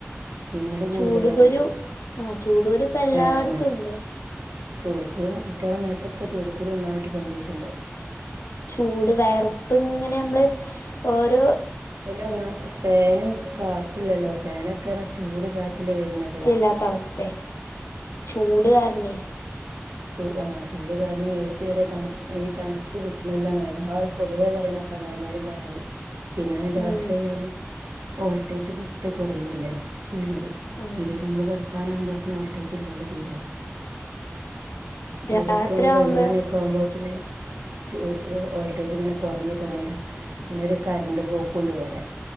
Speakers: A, on the right; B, on the left.
A: വിങ്ങ്ല്കൂട്തലാണ്
B: ചൂടുകുരു ആ ചൂടുകുരു ഇപ്പ എല്ലായിടത്തും
A: ആഹ മ്മക്ക്
B: ഉണ്ട്
A: ചൂടുക്കുരു കുട്ടിയാളെ മേത്തൊക്കെചൂടുക്കുരു ഒന്നായ്ട്ട്പൊന്തിയ്ട്ടുണ്ട്
B: ചൂട് വെയർപ്പ്ങ്ങനെമ്മള് ഓരോ
A: അയിനൊന്നാ ഫേനും കാറ്റില്ലല്ലോ ഫേനൊക്കെർഞ്ഞ ചൂട്കാറ്റല്ലേവര്ണത്
B: ല്ലാത്തഅവസ്ഥെ ചൂട്കാര്നെ
A: ചൂ ആഹ ചൂട്കാരണെയ് ഏസിവരെ തണുപ്പ ഈതണുപ്പ് കിട്ട്ണില്ലെന്ന എല്ലരും പൊതുവേപറിണ പ്പതാ എല്ലാരിം പരാതി പിന്നെരാത്രി
B: ഉം
A: ആയാല് ഓൾട്ടേജ് പറ്റെകുറയുല്ലേ ചെയ്യ്ണത്
B: ഉം
A: തീരെനമ്മള്കെട്ക്കാനാവുമ്പോതി ന് ഓൾട്ടേജ്ല്ലല്ലോതീരെ ഒരുപത്ത്മണി
B: രാത്രിയാവുമ്പോ
A: പയ്നൊന്ന്മണിയൊക്കെ ആവുമ്പോത്തിന് ടൂബ് ഓൾട്ടേജ്ങ്ങനെ കൊറ്ഞ്ഞ്കൊറ്ഞ്ഞ് വെര പിന്നൊരു കറണ്ട്പോക്കുണ്ട്ഇവടെ